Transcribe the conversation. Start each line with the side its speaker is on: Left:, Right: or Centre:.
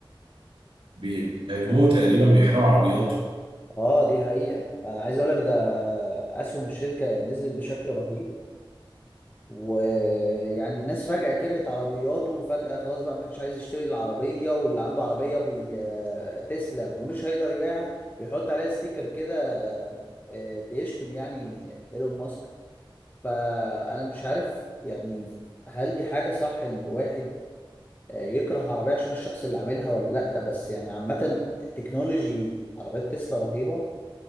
Right: بيهاجموا تقريبا بيحرقوا عربياتهم
Left: اه دي حقيقه انا عايز اقول لك ده اسهم الشركه نزلت بشكل رهيب ويعني الناس فجاه كرهت عربياته وفجاه خلاص بقى ما حدش عايز يشتري العربيه واللي عنده عربيه بي... آه، تسلا ومش هيقدر يبيعها بيحط عليها ستيكر كده آه، آه، بيشتم يعني ايلون ماسك فانا مش عارف يعني هل دي حاجه صح ان الواحد آه، يكره عربية عشان الشخص اللي عاملها ولا لأ بس يعني عامة تكنولوجي عربيات تسلا رهيبة